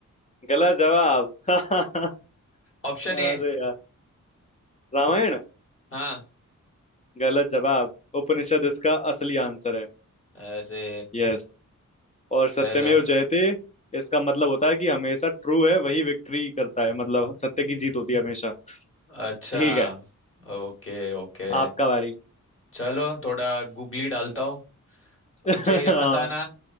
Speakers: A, on the left; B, on the left.
A: गलत जवाब <laughs>
B: Option
A: अरे
B: A
A: यार रामायण
B: हाँ
A: गलत जवाब उपनिषद इसका असली आंसर है
B: अरे
A: यस और सत्यमेव
B: चल
A: जयते इसका मतलब होता है कि हमेशा ट्रू है वही विक्ट्री करता है मतलब सत्य की जीत होती है हमेशा
B: अच्छा
A: ठीक है
B: Okay okay
A: आपका बारी
B: चलो थोड़ा गूगली डालता हूँ
A: <laughs>
B: मुझे ये
A: हाँ
B: बताना